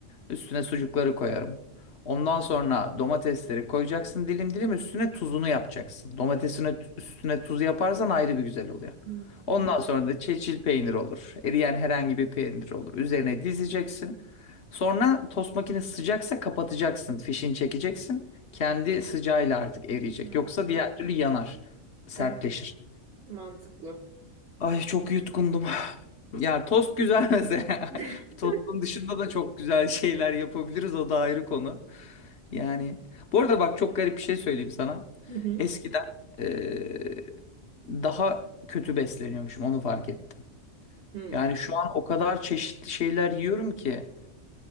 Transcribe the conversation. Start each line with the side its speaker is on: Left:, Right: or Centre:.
Left: Üstüne sucukları koyarım. Ondan sonra domatesleri koyacaksın dilim dilim üstüne tuzunu yapacaksın. Domatesine üstüne tuz yaparsan ayrı bir güzel oluyor.
Right: Hmm.
Left: Ondan sonra da çeçil peynir olur. Eriyen herhangi bir peynir olur. Üzerine dizeceksin. Sonra tost makinesi sıcaksa kapatacaksın. Fişini çekeceksin. Kendi sıcağıyla artık eriyecek.
Right: Ha,
Left: Yoksa diğer türlü yanar, sertleşir.
Right: Evet, mantıklı.
Left: Ay çok yutkundum. Yani tost güzel mesela.
Right: <laughs>
Left: <laughs> Tostun dışında da çok güzel şeyler yapabiliriz. O da ayrı konu. Yani bu arada bak çok garip bir şey söyleyeyim sana.
Right: Hı hı.
Left: Eskiden eee, daha kötü besleniyormuşum onu fark ettim.
Right: Hmm.
Left: Yani şu an o kadar çeşitli şeyler yiyorum ki